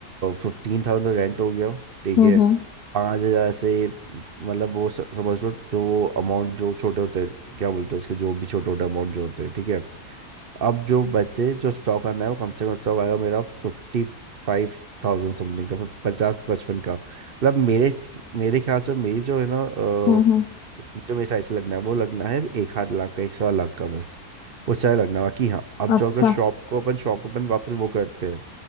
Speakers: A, on the right; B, on the left.
A: फिफ्टीन थाउजेंड रेंट हो गया ठीक
B: हम्म
A: है
B: हम्म
A: पाँच हज़ार से मतलब वो स- समझ लो जो अमाउंट जो छोटे होते हैं क्या बोलते हैं उसके जो भी छोटे छोटे अमाउंट जो होते हैं ठीक है अब जो बचे जो स्टॉक आना है वो कम से कम स्टॉक आएगा मेरा फिफ्टी फाइव थाउजेंड समथिंग का पचास पचपन का मतलब मेरे मेरे ख्याल से मेरी जो है ना अ,
B: हम्म हम्म,
A: जो मेरे साइड से लगना है वो लगना है एक आध लाख का एक सवा लाख का बस उससे ज़्यादा लगना है। बाकी हाँ अब
B: अच्छा
A: जो अगर शॉप को अपन शॉप को अपन वापस वो करते हैं